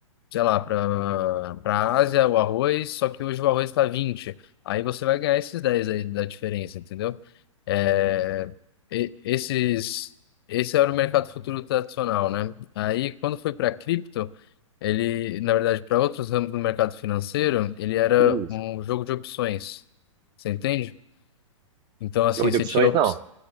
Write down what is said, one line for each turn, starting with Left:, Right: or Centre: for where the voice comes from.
Left: sei lá, para para Ásia, o arroz, só que hoje o arroz está vinte Aí você vai ganhar esses 10 aí da diferença, entendeu? É, e- esses, esse era o mercado futuro tradicional, né? Aí quando foi para cripto, ele, na verdade, para outros ramos do mercado financeiro, ele era
Right: hum,
Left: um jogo de opções. Você entende? Então, assim,
Right: jogo de
Left: você
Right: opções,
Left: tinha op-
Right: não.